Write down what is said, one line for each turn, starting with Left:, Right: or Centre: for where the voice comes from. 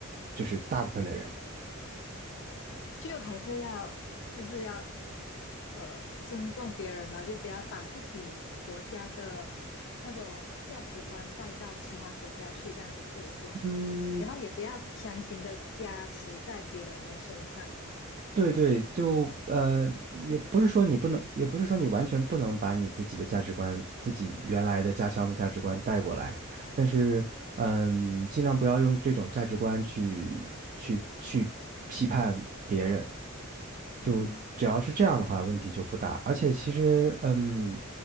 Right: 就是大部分的人。
Left: 就还是要就是要呃尊重别人吧，就不要把自己国家的那种价值观带到其他国家去，这样子是不是？
Right: 嗯，
Left: 然后也不要强行的加持在别人的身上。
Right: 对对，就呃，也不是说你不能，也不是说你完全不能把你自己的价值观、自己原来的家乡的价值观带过来，但是嗯，尽量不要用这种价值观去去去批判别人。就只要是这样的话，
Left: 嗯，哦，
Right: 问题就不大。而且其实，嗯，